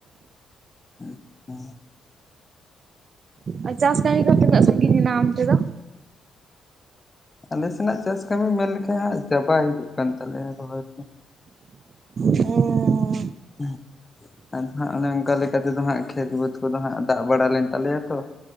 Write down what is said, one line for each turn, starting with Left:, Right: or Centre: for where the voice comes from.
Left: ᱟᱪᱪᱷᱟ
Right: ᱟᱨ ᱪᱟᱥ ᱠᱟᱹᱢᱤ ᱠᱚ ᱛᱤᱱᱟᱹᱜ <inaudible> ᱥᱟᱺᱜᱤᱧᱮ ᱮᱱᱟ ᱚᱱᱛᱮ ᱫᱚ
Left: ᱟᱞᱮ ᱥᱮᱱᱟᱜ ᱪᱟᱥ ᱠᱟᱹᱢᱤ ᱢᱮᱱ ᱞᱮᱠᱷᱟᱱᱡ ᱦᱟᱜ ᱪᱟᱵᱟᱭ ᱦᱤᱡᱩᱜ ᱠᱟᱱ ᱛᱟᱞᱮᱭᱟ ᱨᱚᱦᱚᱭ
Right: ᱦᱮᱸ ᱚ
Left: ᱦᱮᱸ ᱟᱫᱚ ᱦᱟᱸᱜ ᱚᱱᱮ ᱚᱱᱠᱟ ᱞᱮᱠᱟ ᱛᱮᱫᱚ ᱦᱟᱸᱜ ᱠᱷᱮᱛ ᱵᱟᱹᱛ ᱠᱚᱫᱚ ᱦᱟᱜ ᱫᱟᱜ ᱵᱟᱲᱟ ᱞᱮᱱ ᱛᱟᱞᱮᱭᱟ ᱛᱚ